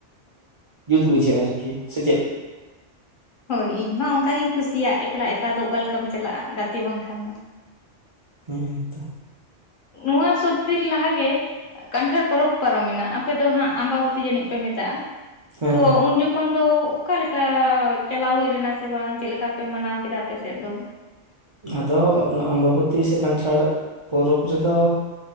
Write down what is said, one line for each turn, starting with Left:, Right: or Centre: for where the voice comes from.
Right: ᱡᱩᱛ ᱵᱩᱡᱷᱟᱹᱜᱼᱟ, ᱟᱨᱠᱤ ᱥᱮ ᱪᱮᱫ?
Left: ᱦᱳᱭ ᱤᱧ ᱢᱟ ᱚᱱᱠᱟ ᱜᱤᱧ ᱠᱩᱥᱤᱭᱟᱜ, ᱮᱠᱞᱟ ᱮᱠᱞᱟ ᱫᱚ, ᱚᱠᱟ ᱞᱮᱠᱟᱢ ᱪᱟᱞᱟᱜᱼᱟ, ᱜᱟᱛᱮ ᱵᱟᱝᱠᱷᱟᱱ ᱫᱚ᱾
Right: ᱦᱮᱸ, ᱛᱚ᱾
Left: ᱱᱚᱣᱟ ᱥᱚᱛᱫᱤᱱ ᱞᱟᱦᱟᱜᱮ ᱠᱟᱱᱴᱷᱟᱲ ᱯᱚᱨᱚᱵᱽ ᱯᱟᱨᱚᱢᱮᱱᱟ, ᱟᱯᱮ ᱫᱚ ᱦᱟᱸᱜ ᱟᱢᱵᱟᱵᱚᱛᱤ ᱡᱟᱹᱱᱤᱡ ᱯᱮ ᱢᱮᱛᱟᱜᱼᱟ,
Right: ᱦᱮᱸ
Left: ᱛᱚ
Right: ᱦᱮᱸ
Left: ᱩᱱ ᱡᱚᱠᱷᱚᱱ ᱛᱚᱠᱷᱚᱱ ᱫᱚ, ᱚᱠᱟ ᱞᱮᱠᱟ ᱪᱟᱞᱟᱣ ᱦᱳᱭ ᱞᱮᱱᱟ ᱥᱮ ᱵᱟᱝ, ᱪᱮᱫ ᱞᱮᱠᱟ ᱯᱮ ᱢᱟᱱᱟᱣ ᱠᱮᱫᱟ ᱟᱯᱮᱥᱮᱫ ᱫᱚ?
Right: ᱟᱫᱚ ᱟᱢᱵᱟᱵᱛᱤᱤ ᱥᱮ ᱠᱟᱱᱴᱷᱟᱲ ᱯᱚᱨᱚᱵᱽ ᱨᱮᱫᱚ